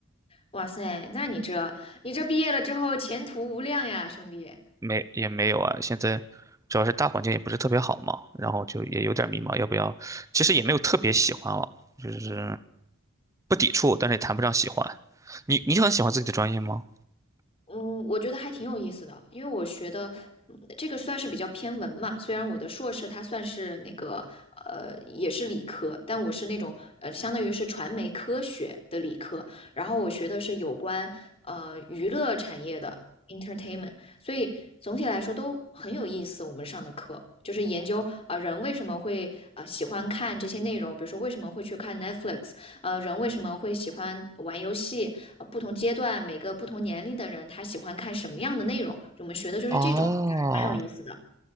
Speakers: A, on the left (about 30°); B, on the right (about 15°).
A: 哇塞，那你这你这毕业了之后前途无量呀，兄弟。
B: 没也没有啊。现在主要是大环境也不是特别好嘛，然后就也有点迷茫，要不要？其实也没有特别喜欢了，就是不抵触，但是也谈不上喜欢。你你很喜欢自己的专业吗？
A: 嗯，我觉得还挺有意思的，因为我学的，嗯，这个算是比较偏文嘛。虽然我的硕士它算是那个，呃，也是理科，但我是那种，呃，相当于是传媒科学的理科。然后我学的是有关，呃，娱乐产业的 entertainment，所以总体来说都很有意思。我们上的课就是研究啊，人为什么会啊喜欢看这些内容，比如说为什么会去看 Netflix，呃，人为什么会喜欢玩游戏？呃，不同阶段，每个不同年龄的人，他喜欢看什么样的内容？我们学的就是这种，
B: 哦，
A: 我觉得还蛮有意思的。